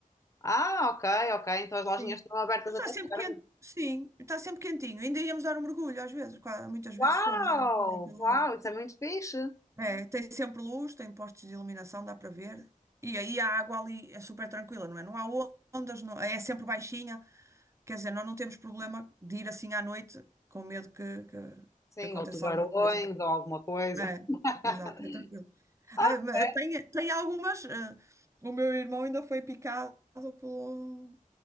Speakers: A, on the left; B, on the right.
A: Ah, ok, ok. Então as lojinhas
B: Sim.
A: estão abertas
B: Está
A: até
B: sempre
A: tarde.
B: quente, sim, está sempre quentinho. Ainda íamos dar um mergulho, às vezes, qua- muitas vezes
A: Uau!
B: fomos dar um mergulho àquela
A: Uau,
B: hora.
A: isso é muito fixe.
B: É, tem sempre luz, tem postes de iluminação, dá para ver. E aí a água ali é super tranquila, não é? Não há ondas, não- é sempre baixinha. Quer dizer, nós não temos problema de ir assim à noite com medo que, que,
A: Sim,
B: que aconteça
A: ou tubarões
B: alguma coisa.
A: ou alguma coisa.
B: É,
A: <laughs>
B: exato, é tranquilo.
A: Ok.
B: Ah, mas tem, tem algumas. eh, o meu irmão ainda foi picado pelo,